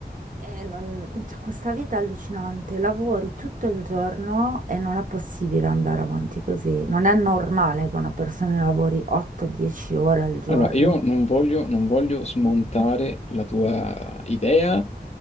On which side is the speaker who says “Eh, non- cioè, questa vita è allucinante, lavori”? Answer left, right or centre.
Right